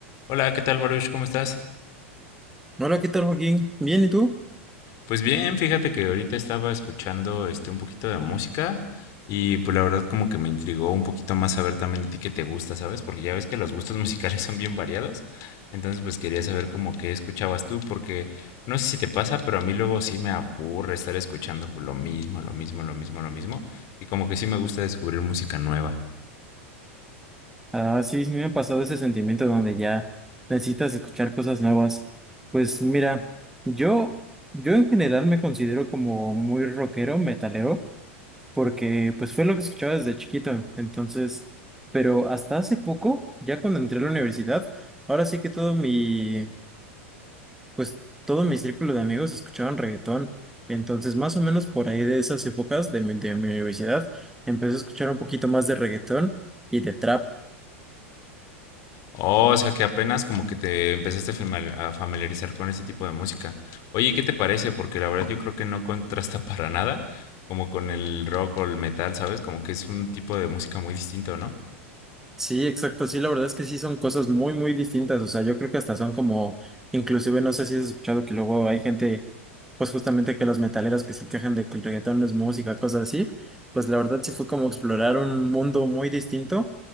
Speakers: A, on the left (about 50°); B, in the centre.
A: Hola, ¿qué tal, Baruch? ¿Cómo estás?
B: Hola, ¿qué tal, Joaquín? ¿Bien y tú?
A: Pues bien, fíjate que ahorita estaba escuchando este un poquito de música y pues la verdad como que me intrigó un poquito más saber también a ti qué te gusta, ¿sabes? Porque ya ves que los gustos <laughs> musicales son bien variados. Entonces, pues quería saber como qué escuchabas tú porque no sé si te pasa, pero a mí luego sí me aburre estar escuchando pues, lo mismo, lo mismo, lo mismo, lo mismo y como que sí me gusta descubrir música nueva.
B: Ah, sí, sí me ha pasado ese sentimiento donde ya necesitas escuchar cosas nuevas. Pues mira, yo, yo en general me considero como muy rockero, metalero, porque pues fue lo que escuchaba desde chiquito. Entonces, pero hasta hace poco, ya cuando entré a la universidad, ahora sí que todo mi, pues todo mi círculo de amigos escuchaban reggaetón. Entonces, más o menos por ahí de esas épocas de mi, de mi universidad, empecé a escuchar un poquito más de reggaetón y de trap.
A: Oh, o sea que apenas como que te empezaste a fami- a familiarizar con ese tipo de música. Oye, ¿y qué te parece? Porque la verdad yo creo que no contrasta <laughs> para nada como con el rock o el metal, ¿sabes? Como que es un tipo de música muy distinto, ¿no?
B: Sí, exacto. Sí, la verdad es que sí son cosas muy, muy distintas. O sea, yo creo que hasta son como, inclusive no sé si has escuchado que luego hay gente, pues justamente que los metaleros que se quejan de que el reggaetón no es música, cosas así. Pues la verdad sí fue como explorar un mundo muy distinto.